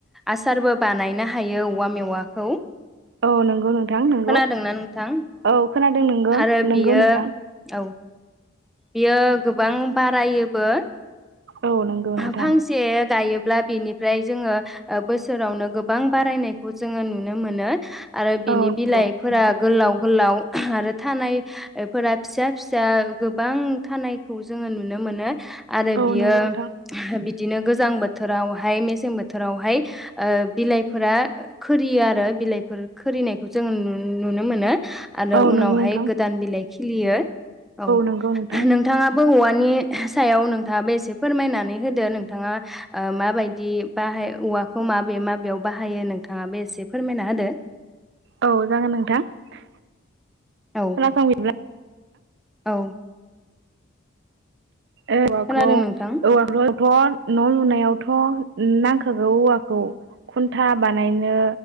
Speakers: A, in the centre; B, on the right (about 60°).
A: आसारबो बानायनो हायो औवा मेवाखौ।
B: औ नंगौ नोंथां नंगौ
A: खोनादोंना नोंथां
B: औ खोनादों नोंगौ
A: आरो
B: नंगौ
A: बियो
B: नोंथां।
A: औ बियो गोबां बारायोबो।
B: औ नंगौ
A: फा-फांसे
B: नोंथां
A: गायो ब्ला बिनिफ्राय जोङो ओ बोसोरावनो गोबां बारायनायखौ जोङो नुनो मोनो। आरो बिनि
B: औ नंगौ
A: बिलाइफोरा
B: नंगौ
A: गोलाव गोलाव आरो थानाय फोरा फिसा फिसा गोबां थानायखौ जोङो नुनो मोनो। आरो
B: औ
A: बियो
B: नंगौ नोंथां
A: बिदिनो गोजां बोथोरावहाय मेसें बोथोरावहाय ओ बिलाइफोरा खोरियो आरो बिलाइफोर खोरिनाय जों नु नुनो मोनो आरो
B: औ
A: उनावहाय
B: नंगौ नोंथां
A: गोदान बिलाइ खिलियो। औ
B: नंगौ नोंथां
A: नोंथाङाबो औवानि सायाव नोंथाङाबो एसे फोरमायनानै होदो नोंथाङा ओ माबायदि बाहाय औवाखौ माबे माबेयाव बाहायो नोंथाङा बे एसे फोरमायना होदो?
B: औ जागोन नोंथां। खोनासं
A: औ
B: बिदिब्ला
A: औ
B: औवाखौ
A: खोनादों नोंथां
B: औवाखौ थ न' लुनायावथ' नांखागौ औवाखौ खुन्था बानायनो